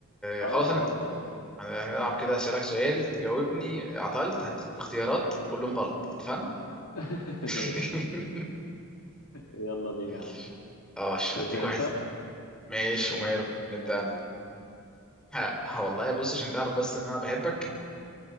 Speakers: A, on the left; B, in the centre.
A: اه
B: آه، خلاص هنت...
A: اه
B: هن- هنلعب كده اسالك سؤال تجاوبني عطلت هديك اختيارات كلهم غلط اتفقنا
A: اه
B: <laughs>
A: <laughs> ماشي يلا بينا
B: يلا
A: يا عم
B: اه
A: تبدأ
B: هديك واحد
A: انت
B: ماشي وماله نبدا
A: يلا
B: انا
A: بينا
B: ها ها والله بص عشان تعرف بس ان انا بحبك